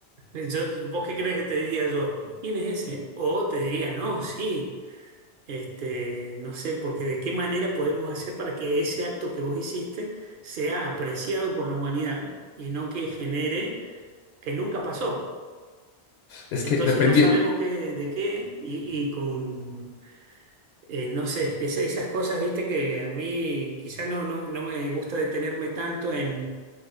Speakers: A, on the right; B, on the left.
A: eh, yo- vos qué crees que te diría yo? ¿Quién es ese? O te diría, no, sí. Este, no sé, porque de qué manera podemos hacer para que ese acto que vos hiciste sea apreciado por la humanidad y no que genere que nunca pasó.
B: Es
A: Entonces
B: que dependía,
A: no sabemos qué, de qué y, y con, eh, no sé, esa- esas cosas, viste, que a mí quizá no, no, no me gusta detenerme tanto en,